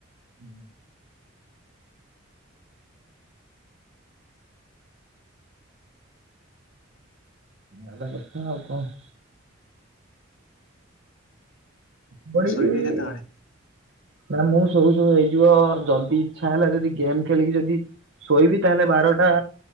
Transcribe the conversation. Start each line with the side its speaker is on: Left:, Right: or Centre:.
Right: ହୁଁ ଭଲ କଥା ଆଉ କଣ? ବଣିକି
Left: ଆଉ ଶୋଇବି
Right: ବି
Left: କେତେବେଳେ?
Right: ନା ମୁଁ ସବୁ ସବୁ ହେଇଯିବ ଯଦି ଇଛା ହେଲା ଯଦି ଗେମ୍ ଖେଳିକି ଯଦି ଶୋଇବି ତାହେଲେ ବାରଟା